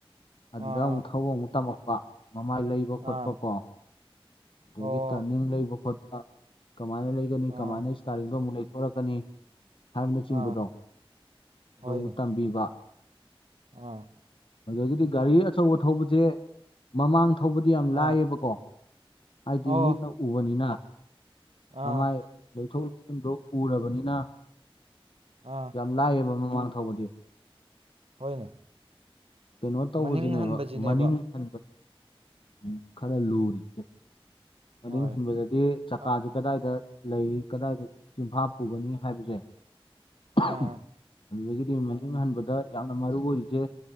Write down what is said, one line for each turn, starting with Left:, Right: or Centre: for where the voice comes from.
Left: ꯑꯗꯨꯗ
Right: ꯑꯥ
Left: ꯑꯃꯨꯛ ꯊꯧꯕ ꯑꯃꯨꯛ ꯇꯝꯃꯛꯄ ꯃꯃꯥꯏ ꯂꯩꯕ ꯈꯣꯠꯄ
Right: ꯑꯥ
Left: ꯀꯣ ꯑꯗꯒꯤ
Right: ꯑꯣ
Left: ꯇꯔꯅꯤꯡ ꯂꯩꯕ ꯈꯣꯠꯄ ꯀꯃꯥꯏꯅ ꯂꯩꯒꯅꯤ
Right: ꯑꯥ
Left: ꯀꯃꯥꯏꯅ ꯏꯁꯇꯥꯔꯤꯡꯗꯣ ꯑꯃꯨꯛ ꯂꯩ ꯊꯣꯔꯛꯀꯅꯤ ꯍꯥꯏꯕꯅꯆꯤꯡꯕꯗꯣ
Right: ꯑꯥ
Left: ꯑꯗꯨꯃꯨꯛ
Right: ꯍꯣꯏꯅꯦ
Left: ꯇꯝꯕꯤꯕ
Right: ꯑꯥ
Left: ꯑꯗꯨꯗꯒꯤꯗꯤ ꯒꯥꯔꯤ ꯑꯆꯧꯕ ꯊꯧꯕꯁꯦ ꯃꯃꯥꯡ ꯊꯧꯕꯗꯤ ꯌꯥꯝ ꯂꯥꯏꯑꯦꯕꯀꯣ
Right: ꯑꯥ
Left: ꯍꯥꯏꯗꯤ
Right: ꯑꯣ
Left: ꯃꯤꯠꯅ ꯎꯕꯅꯤꯅ
Right: ꯑꯥ
Left: ꯃꯃꯥꯏ ꯂꯩꯊꯣꯛ <unintelligible> ꯎꯔꯕꯅꯤꯅ
Right: ꯑꯥ
Left: ꯌꯥꯝ ꯂꯥꯏꯌꯦꯕ ꯃꯃꯥꯡ ꯊꯧꯕꯗꯤ
Right: ꯍꯣꯏꯅꯦ
Left: ꯀꯩꯅꯣ ꯇꯧꯕꯖꯤꯅꯦꯕ
Right: ꯃꯅꯤꯡ ꯍꯟꯕꯁꯤꯅꯦꯕ
Left: ꯃꯅꯤꯡ ꯍꯟꯕ ꯎꯝ ꯈꯔ ꯂꯨꯔꯤꯖꯦ ꯃꯅꯤꯡ
Right: ꯍꯣꯏ
Left: ꯍꯟꯕꯗ ꯗꯤ ꯆꯀꯥꯖꯦ
Right: ꯑ
Left: ꯀꯗꯥꯏꯗ ꯂꯩꯔꯤ ꯀꯗꯥꯏꯗ ꯆꯤꯟꯐꯥ ꯄꯨꯒꯅꯤ ꯍꯥꯏꯕꯖꯦ <unintelligible>
Right: ꯑꯥ
Left: ꯑꯗꯨꯗꯒꯤꯗꯤ ꯃꯅꯤꯡ ꯍꯟꯕꯗ ꯌꯥꯝꯅ ꯃꯔꯨ ꯑꯣꯏꯔꯤꯖꯦ